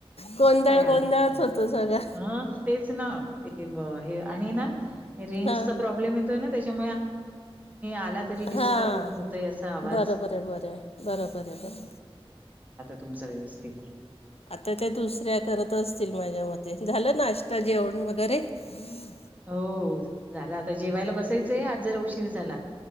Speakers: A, on the left; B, on the right.
A: गोंधळ
B: काय हरकत
A: गोंधळच
B: नाही
A: होतो सगळा.
B: हा तेच ना ते वाहे, ें
A: हां
B: प्रब्म य त्याच्या आण य तरी
A: हां.
B: डिस्टर्ब होतोय असा आवाज,
A: बरोबर आहे बरं आहे बरोबर आहे बरं.
B: तुमच व्यवस्थित
A: आता त्या दुसऱ्या करत असतील माझ्या मते झालं नाश्ता जेवण वगैरे, हमम
B: हो झाला आता जेवायला बसायचंय आज जर उशीर झाला.